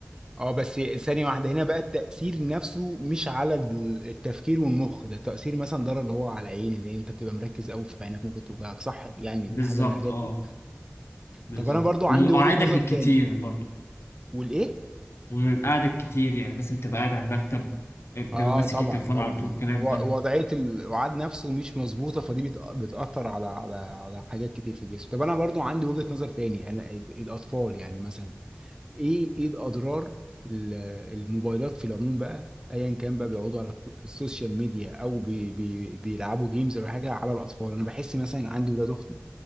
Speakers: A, on the right; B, on the left.
A: اه بس ثانية واحدة هنا بقى التأثير نفسه مش على ال- التفكير والمخ ده تأثير مثلا ضرر اللي هو على العين اللي انت بتبقى مركز قوي في عينك ممكن توجعك صح يعني
B: بالظبط
A: حاجة من الحاجات
B: أه
A: دي
B: بالظبط
A: طب انا برضو عندي
B: ومن قعدك
A: وجهة نظر
B: الكتير
A: تاني
B: برضه
A: والايه
B: ومن قعدك الكتير يعني مثلا بتبقى قاعد على المكتب بتبقى
A: اه
B: ماسك
A: طبعا
B: التليفون
A: طبعا
B: على طول الكلام
A: و-
B: ده
A: وضعية الوعاد نفسه مش مظبوطة فدي بت- بتأثر على على على حاجات كتير في الجسم طب انا برضو عندي وجهة نظر تاني انا ال- الاطفال يعني مثلا ايه ايه الاضرار ال- الموبايلات في العموم بقى ايا كان بقى بيقعدوا على السوشيال ميديا او بي بي بيلعبوا جيمز ولا حاجه على الاطفال انا بحس مثلا عندي ولاد اختي